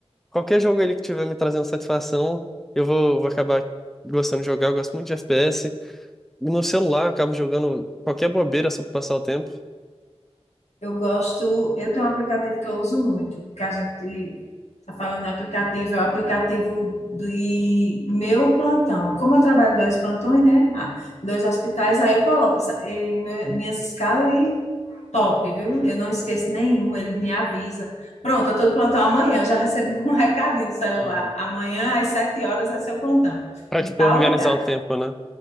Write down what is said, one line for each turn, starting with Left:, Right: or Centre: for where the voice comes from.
Centre: qualquer jogo ali que tiver me trazendo satisfação, eu vou, vou acabar gostando de jogar. Eu gosto muito de FPS. E no celular, eu acabo jogando qualquer bobeira só pra passar o tempo.
Left: Eu gosto, eu tenho um aplicativo que eu uso muito, que a gente está falando de aplicativo, é o aplicativo de meu plantão. Como eu trabalho em dois plantões, né? Ah, em dois hospitais, aí eu coloco essa- eh, meu- minhas escalas e top, viu? Eu não esqueço nenhum, ele me avisa. Pronto, eu estou de plantão amanhã, eu já recebi <laughs> um recadinho no celular.
Centre: Uhum.
Left: Amanhã, às sete horas, é seu plantão,
Centre: Pra,
Left: em
Centre: tipo,
Left: tal
Centre: organizar
Left: lugar.
Centre: o tempo, né?